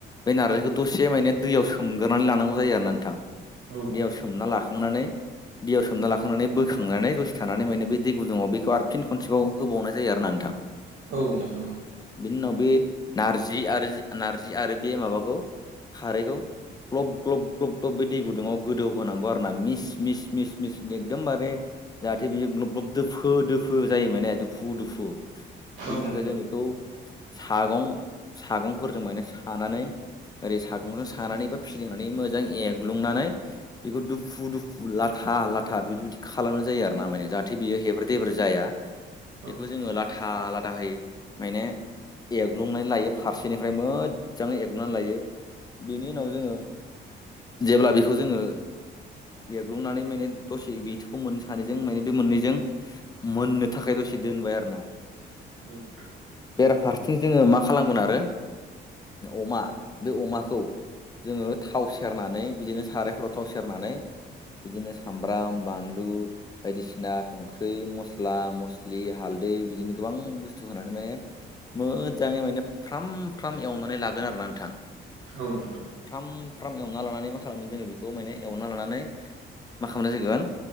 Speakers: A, on the left; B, on the right.
A: बे नारजिखौ दसे माने दैयाव सोमग्रोनानै लानांगौ जायो आरोना नोंथां
B: औ नोंथां
A: दैयाव सोमना लाखांनानै दैयाव सोमना लाखांनानै बोखांनानै दसे थानानै माने बे दै गुदुआव बेखौ आरोख फिन खनसेबाव होबावनाय जायो आर ना नोंथां
B: औ नोंथां
A: बिनि उनाव बे नारजि आरो नार्जि आरो बे माबाखौ खारैखौ ग्लब ग्लब ग्लब ग्लब बे दै गुदुङाव गोदौ होनांगौ आरो ना मिस मिस मिस मिस मि एकदमबारे जाहाथे बियो ग्लब ग्लब दोफो दो दुफु जायो माने दुफु दुफु बेनि
B: औ
A: थाखाय
B: नोंथां
A: जों बेखौ सागं सागंफोरजों म सानानै ओरै सागंजों सानानै बा फिदिंनानै मोजां एग्लुंनानै बेखौ दुफु दुफु लाथा लाथा बेफोर बिदि खालामनाय जायो आरो ना माने जाहाथे बेयो हेब्रेब्र जाया बेखौ
B: औ
A: जोङो लाथा लाथाहै माने एग्लुंनाय लायो फारसेनिफ्राय मोजाङ एग्लुनानै लायो बेनि उनाव जोङो जेब्ला बेखौ जोङो एग्लुंनानै माने दसे बैोखौ मोननो सानैजों माने बे मोननैजों मोननो थाखाय दसे दोनबाय आरो ना
B: औ नोंथां
A: बेराफारसे थिं जोङो मा खालामगोन आरो अमा बे अमाखौ जोङो थाव सेरनानै बिदिनो सारायफोराव थाव सेरनानै बिदिनो सामब्राम बानलु बायदिसिना संख्रि मस्ला मस्ला मस्लि हालदै बिदिनो गोबां बुस्थु होनानै माने मोजाङै माने फ्राम फ्राम एवनानै लागोन आरोना नोंथां
B: औ नोंथां
A: फ्राम फ्राम एवना लानानै मा खालामोमोन जोङो बेखौ माने एवना लानानै मा खालामनाय जागोन